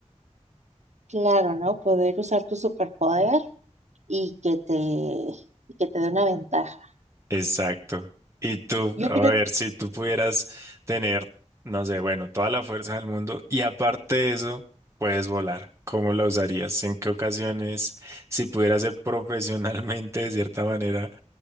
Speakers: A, on the right (about 70°); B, on the right (about 25°).
A: Claro, ¿no? Poder usar tu superpoder y que te, y que te dé una ventaja.
B: Exacto. Y tú,
A: Yo
B: a
A: creo,
B: ver, si tú pudieras tener, no sé, bueno, toda la fuerza del mundo y aparte de eso, puedes volar. ¿Cómo la usarías? ¿En qué ocasiones? Si pudieras ser profesionalmente de cierta manera